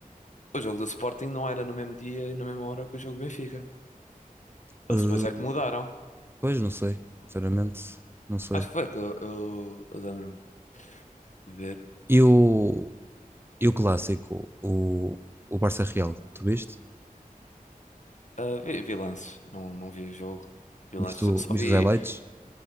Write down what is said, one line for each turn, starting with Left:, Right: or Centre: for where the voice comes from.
Left: O jogo do Sporting não era no mesmo dia e na mesma hora que o jogo do Benfica. Eles
Right: Eh,
Left: depois é que mudaram.
Right: pois, não sei, sinceramente, não sei.
Left: Acho que foi que eu, eu, eu lembro-me de ver.
Right: E o, e o clássico, o, o Barça Real, tu viste?
Left: Ah, vi, vi lances, não, não vi o jogo. Vi
Right: Viste,
Left: lances, só
Right: o-
Left: só
Right: viste
Left: vi,
Right: os highlights?